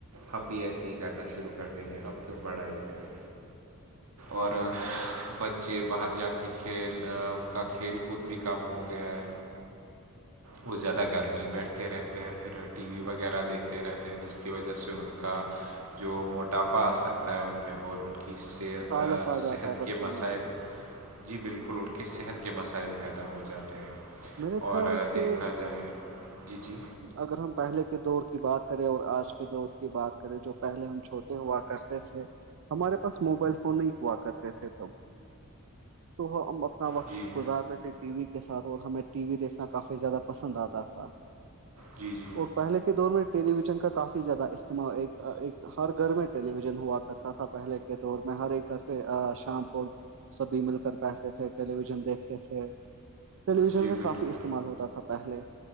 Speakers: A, on the right; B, on the right.
A: ہم بھی ایسے ہی کرنا شروع کر دیں گے ہم کیوں پڑا ہی کریں
B: <inaudible>
A: اور بچے باہر جا کے کھیل ان کا کھیل کود بھی کم ہو گیا ہے
B: <inaudible>
A: وہ زیادہ گرمی بیٹھتے رہتے ہیں پھر ٹی وی وغیرہ دیکھتے رہتے ہیں جس کی وجہ سے ان کا جو موٹاپا آ سک ہوتا ہے ان میں اور ان کی صحت
B: آلس آ
A: صحت
B: جاتا ہے بچوں
A: کے مسائل
B: میں
A: جی بالکل ان کے صحت کے مسائل پیدا ہو جاتے ہیں
B: میرے
A: اور
B: خیال سے
A: دیکھا جائے جی جی
B: اگر ہم پہلے کے دور کی بات کریں اور آج کے دور کی بات کریں جو پہے ہم چھوٹے ہوا کرتے تھ ہمارے پاس موبائل فون نہیں ہوا کرتے تھے تب تو ہم اپنا وقت
A: جی
B: گزارتے تھ ٹی وی کے ساتھ اور ہمیں ٹی وی دیکھنا کافی زیادہ پسند آتا تھا
A: جی جی
B: اور پہلے کے دور میں ٹیلی ویژن کا کافی زیادہ استعمال ہر گھر میں ٹیلی ویژن ہوا کرتا تھا پہلے کے دور میں ہر ایک گھر پہ شام کو سبھی مل کر بیٹھتے تھے ٹیلی ویژن دیکھتے تھے ٹیلی ویژن
A: جی
B: کا
A: بالکل
B: کافی استعمال ہوتا تھا پہلے